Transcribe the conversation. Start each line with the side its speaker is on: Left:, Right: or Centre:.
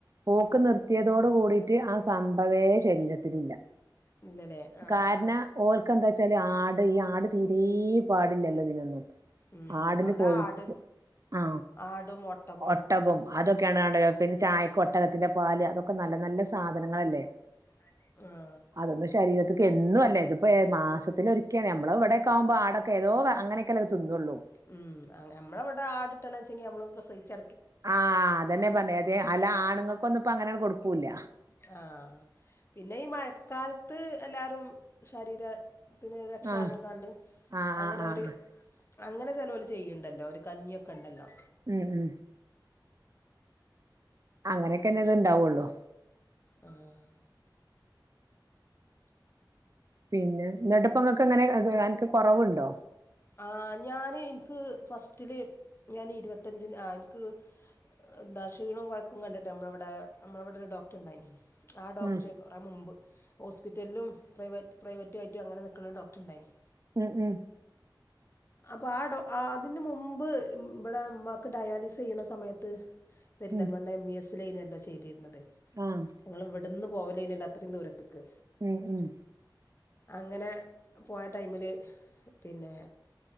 Right: പോക്ക് നിർത്തിയതോട് കൂടിട്ട് ആ സംബവേ ശരീരത്തിലില്ല
Left: ഇല്ലല്ലേ ആഹ്
Right: കാരണം ഓൾക്ക് എന്താ വെച്ചാല് ആട് ഈ ആട് തീരി പാടില്ലല്ലോ ഇതിനൊന്നും
Left: ഉം
Right: ആടിന്
Left: അവിടെ
Right: കൊഴു
Left: ആട്
Right: ആ
Left: ആടും ഒട്ടകവും
Right: ഒട്ടകും അതൊക്കെയാണ് കണ്ട പിന്നെ ചായക്ക് ഒ ഒട്ടകത്തിന്റെ പാല് അതൊക്കെ നല്ല നല്ല സാധനങ്ങളല്ലേ
Left: അല്ലെ ആഹ്
Right: അതൊന്നും ശരീരത്തിക്ക് എന്നും അല്ലേ. ഇതിപ്പോ മാസത്തിൽ ഒരിക്കലാണ് നമ്മള് ഇവിടെക്കെ ആകുമ്പോ ആട് ഏതോ അങ്ങനൊക്കെ അതു തിന്നോള്ളൂ
Left: ഉം നമ്മളവിടെ ആടിട്ടണങ്കി നമ്മള് പ്രസവിച്ചെ
Right: ആഹ് അതന്നെ പറഞ്ഞെ അതെ അല്ല ആണുങ്ങൾക്ക് ഒന്നും ഇപ്പ അങ്ങനെ കൊടുക്കൂല്ല
Left: ആഹ് പിന്നെ ഈ മഴക്കാലത്ത് എല്ലാരും ശരീര ത്തിന് രക്ഷാർന്
Right: ആഹ്
Left: കണ്ട്
Right: ആഹ്
Left: അങ്ങനെ
Right: ആഹ് ആഹ്
Left: ഒരു അങ്ങനെ ചെലോര് ചെയ്യുന്നുണ്ടല്ലോ ഒരു കഞ്ഞിയൊക്കെ ഉണ്ടല്ലോ
Right: ഉം ഉം അങ്ങനെയൊക്കെന്നെ ഇത് ഇണ്ടാവുള്ളു
Left: ആഹ്
Right: പിന്നെ എന്നിട്ടിപ്പ ഇങ്ങക്ക് എങ്ങനെ അനക്ക് കുറവുണ്ടോ
Left: ആ ഞാന് എനിക്ക് ഫസ്റ്റില് ഞാൻ ഇരുപത്തഞ്ചിന് ആ എനിക്ക് എന്താ ക്ഷീണവും കുഴപ്പവും കണ്ടിട്ട് നമ്മളവിടെ നമ്മളവിടെ ഒരു ഡോക്ടർ ഉണ്ടായിനി ആ ഡോക്ടർ
Right: ഉം
Left: മുൻപ് ഹോസ്പിറ്റലും പ്രൈവറ്റ് പ്രൈവറ്റും ആയിട്ടും അങ്ങനെ നിൽക്കണ ഡോക്ടർ ഉണ്ടായിന്
Right: ഉം ഉം
Left: അപ്പൊ ആ ഡോ അതിന് മുമ്പ് ഇവിടെ ഉമ്മാക്ക് ഡയാലിസ് ചെയ്യണ സമയത്ത് പെരിന്തൽമണ്ണ
Right: ഉം
Left: എം ഇ എസ് ലൈനില്ലോ ചെയ്തിരുന്നത്
Right: ആഹ്
Left: ഞങ്ങള് ഇവിടുന്ന് പോവല് കഴിഞ്ഞാൽ അത്രയും ദൂരത്തക്ക്.
Right: ഉം ഉം
Left: അങ്ങനെ പോയ ടൈമില് പിന്നെ